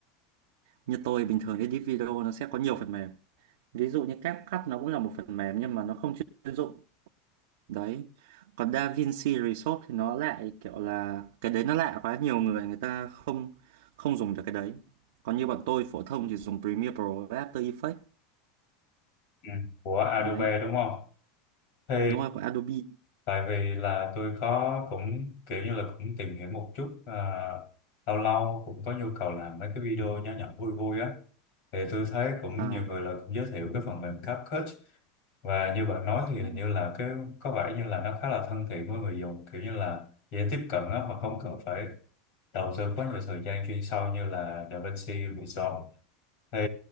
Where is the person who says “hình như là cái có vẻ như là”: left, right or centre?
Left